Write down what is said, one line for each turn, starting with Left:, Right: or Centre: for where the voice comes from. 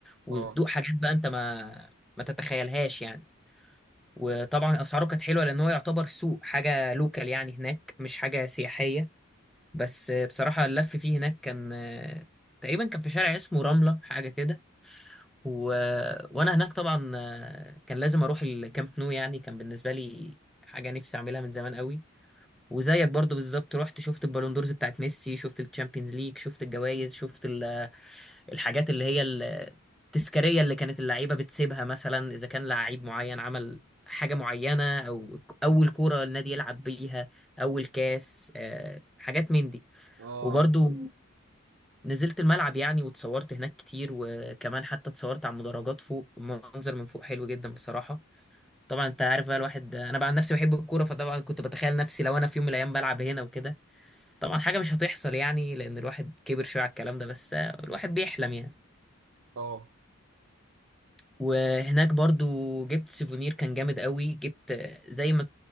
Centre: وتدوق
Right: اه
Centre: حاجات بقى أنت ما ما تتخيلهاش يعني وطبعا أسعاره كانت حلوة لأن هو يعتبر سوق حاجة لوكال يعني هناك مش حاجة سياحية بس بصراحة اللف فيه هناك كان تقريبا كان في شارع اسمه رملة حاجة كده و... وأنا هناك طبعا كان لازم أروح الكامب نو يعني كان بالنسبة لي حاجة نفسي أعملها من زمان قوي وزيك برضو بالظبط رحت شفت البالون دورز بتاعت ميسي شفت الشامبيونز ليج شفت الجوائز شفت ال... الحاجات اللي هي ال- التذكارية اللي كانت اللعيبة بتسيبها مثلا إذا كان لعيب معين عمل حاجة معينة أو أول كورة النادي يلعب بيها أول كاس آه، حاجات من دي
Right: اه
Centre: وبرضو نزلت الملعب يعني واتصورت هناك كتير وكمان حتى اتصورت على المدرجات فوق منظر من فوق حلو جدا بصراحة طبعا انت عارف بقى الواحد انا بقى عن نفسي بحب الكورة فطبعا كنت بتخيل نفسي لو انا في يوم من الايام بلعب هنا وكده طبعا حاجة مش هتحصل يعني لان الواحد كبر شوية على الكلام ده بس الواحد بيحلم يعني
Right: اه
Centre: وهناك برضو جبت سيفونير كان جامد قوي جبت زي ما